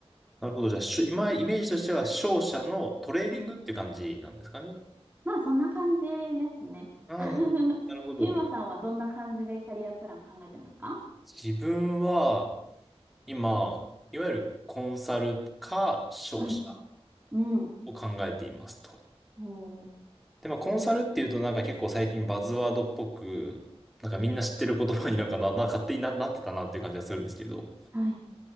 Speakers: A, in the centre; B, on the right.
A: なるほど。じゃあ、しゅ今、イメージとしては、商社のトレーディングっていう感じなんですかね。
B: うんまあそんな感じですね。
A: ああ、
B: <laughs>
A: なるなるほど。
B: ゆうまさんはどんな感じでキャリアプラン考えてますか
A: 自分は、今、いわゆるコンサルか商社
B: はい。うん。
A: を考えていますと。
B: おー。
A: で、まあ、コンサルっていうと、なんか結構最近バズワードっぽく、なんかみんな知ってる言葉になんかな、な、勝手にな、なってたなっていう感じがするんですけど、
B: はい。